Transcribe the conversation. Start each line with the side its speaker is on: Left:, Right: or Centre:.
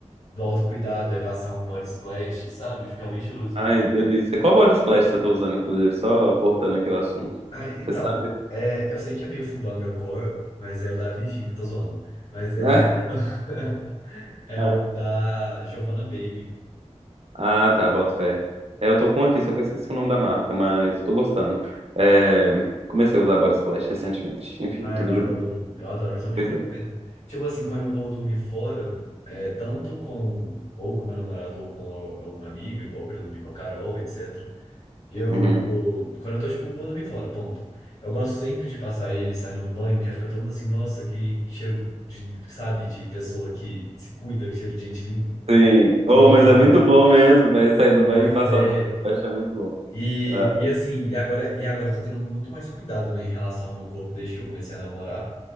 Left: do autocuidado, aí passar um body splash, sabe? Fica bem cheirosinho.
Right: Ai, delícia. Qual body splash você tá usando, inclusive? Só cortando aqui o assunto.
Left: Ah, então,
Right: Você sabe?
Left: é, eu sei que é meio Fubanga Core, mas é o da Virgínia, tô zoando. Mas é
Right: Né?
Left: o
Right: <laughs>
Left: <laughs> é
Right: É.
Left: o da Giovanna Baby.
Right: Ah, tá, Bota fé. É, eu tô com um aqui, só que eu esqueci o nome da marca, mas eu tô gostando. É, comecei a usar body splash recentemente. Enfim,
Left: Ah,
Right: tudo
Left: eu adoro.
Right: de bom.
Left: Eu adoro, principalmente
Right: Pois
Left: quando
Right: é.
Left: você vai. Tipo assim, quando eu vou dormir fora, é, tanto com ou com meu namorado ou com a- alguma amiga, igual quando eu dormi com a Carol, etc. Eu,
Right: Uhum.
Left: quando eu tô, tipo, vou dormir fora, ponto. Eu gosto sempre de passar ele saindo do banho, que aí fica todo mundo assim, nossa, que, que cheiro de, sabe, de pessoa que se cuida, que cheiro de gente limpa.
Right: Sim. Oh,
Left: E,
Right: mas é muito bom mesmo, velho. Sair do banho
Left: pois
Right: e passar
Left: é.
Right: o body splash é muito bom.
Left: E,
Right: Ah,
Left: e assim, e agora, e agora eu tô tendo muito mais cuidado, né, em relação ao meu corpo desde que eu comecei a namorar.